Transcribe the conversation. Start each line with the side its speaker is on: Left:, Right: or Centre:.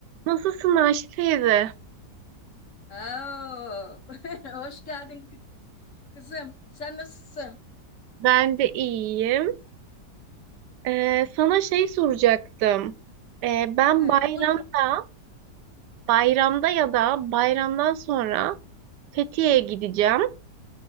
Right: Nasılsın Ayşe teyze?
Left: Oo. <laughs> Hoş geldin kı- kızım. Sen nasılsın?
Right: Ben de iyiyim. Ee, sana şey soracaktım. Ee, ben
Left: He,
Right: bayramda,
Left: buyur.
Right: bayramda ya da bayramdan sonra Fethiye'ye gideceğim.